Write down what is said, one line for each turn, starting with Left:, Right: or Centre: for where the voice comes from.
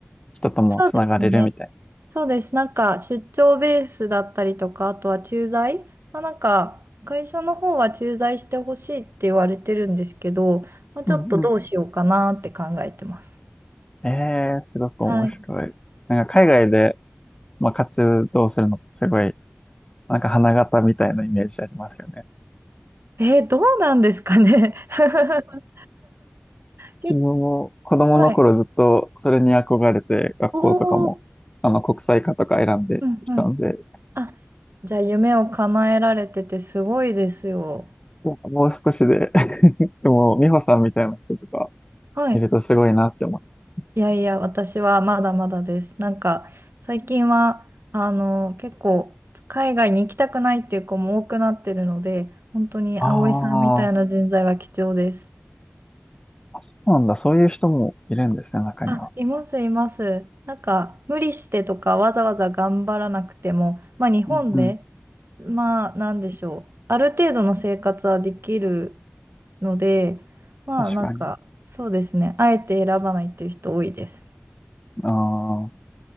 Left: 人ともつながれるみたい
Right: そうですね。そうです。なんか出張ベースだったりとか、あとは駐在。まあ、なんか会社の方は駐在してほしいって言われてるんですけど、まあ、ちょっとどうしようかなって考えてます。
Left: なうんうん。ええー、すごく面白い。
Right: はい。
Left: なんか海外で、まあ、活動するのってすごい、なんか花形みたいなイメージありますよね。
Right: えーどうなんですかね。<laughs> 結
Left: 自分も子供の頃ずっとそれに憧れて、
Right: 構はい。
Left: 学校とかも、
Right: おお、
Left: あの、国際科とか選んできたんで、
Right: うんうん。あ、じゃあ夢を叶えられててすごいですよ。
Left: いやもう少しで <laughs> でも、美穂さんみたいな人とか
Right: はい。
Left: いるとすごいなって思う。
Right: いやいや、私はまだまだです。なんか、最近は、あの、結構、海外に行きたくないっていう子も多くなってるので、本当に葵さんみたいな人材は貴重です。
Left: あーあ、そうなんだ。そういう人もいるんですね、中には。
Right: あ、います、います。なんか、無理してとか、わざわざ頑張らなくても、まあ、日本で、
Left: うん
Right: まあ、なんでしょう。ある程度の生活はできるので、まあ、
Left: 確かに。
Right: なんか、そうですね。あえて選ばないっていう人多いです。
Left: ああ、